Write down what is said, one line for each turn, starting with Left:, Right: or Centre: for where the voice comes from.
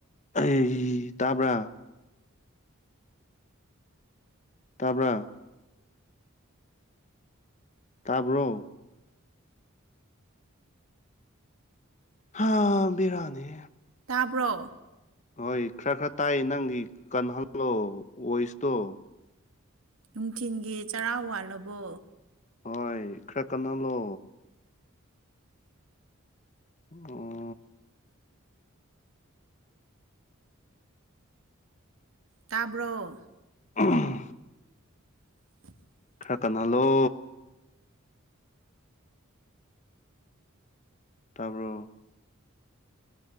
Left: ꯑꯩ ꯇꯥꯕ꯭ꯔꯥ ꯇꯥꯕ꯭ꯔ ꯇꯥꯕ꯭ꯔꯣ ꯍꯥꯥ ꯕꯤꯔꯅꯤ
Right: ꯇꯥꯕ꯭ꯔꯣ
Left: ꯍꯣꯏ ꯈꯔ ꯈꯔ ꯇꯥꯏ ꯅꯪꯒꯤ ꯀꯟꯍꯜꯂꯣ ꯁꯇꯣ
Right: ꯅꯨꯡꯊꯤꯟꯒꯤ ꯆꯔꯥ ꯋꯥꯠꯂꯕꯣ
Left: ꯍꯣꯏ ꯈꯔ ꯀꯟꯅꯜꯂꯣ ꯎꯝ
Right: ꯇꯥꯕ꯭ꯔꯣ
Left: ꯑ
Right: <inaudible>
Left: ꯀꯀꯅꯂꯣ ꯇꯥꯔꯕ꯭ꯔꯣ